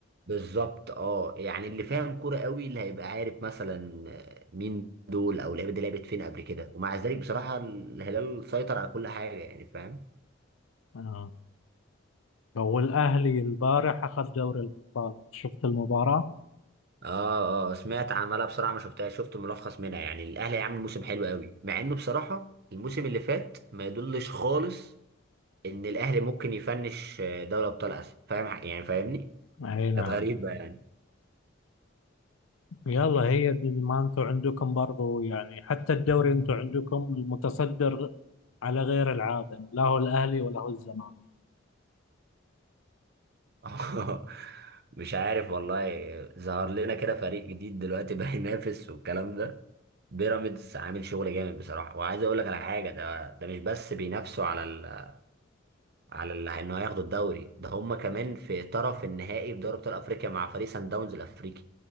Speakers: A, on the right (about 50°); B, on the left (about 80°).
A: بالظبط اه يعني اللي فاهم كوره قوي اللي هيبقى عارف مثلا مين دول او اللعيبه دي لعبت فين قبل كده ومع ذلك بصراحه الهلال سيطر على كل حاجه يعني فاهم
B: آه. هو الأهلي البارح أخذ دوري الأبطال شفت المباراة؟
A: اه اه سمعت عمالة بصراحه ما شفتها شفت ملخص منها يعني الاهلي عامل موسم حلو قوي مع انه بصراحه الموسم اللي فات ما يدلش خالص ان الاهلي ممكن يفنش دوري ابطال اسيا فاهم يعني فاهمني
B: أي نعم
A: كانت غريبه يعني
B: يلا هي دي ما أنتوا عندكم برضو يعني حتى الدوري أنتوا عندكم المتصدر على غير العادة لا هو الأهلي ولا هو الزمالك
A: <laughs> مش عارف والله ظهر لنا كده فريق جديد دلوقتي <laughs> بقى ينافس والكلام ده بيراميدز عامل شغل جامد بصراحه وعايز اقول لك على حاجه ده ده مش بس بينافسوا على ال... على ال... انه هياخدوا الدوري ده هم كمان في طرف النهائي في دوري ابطال افريقيا مع فريق سان داونز الافريقي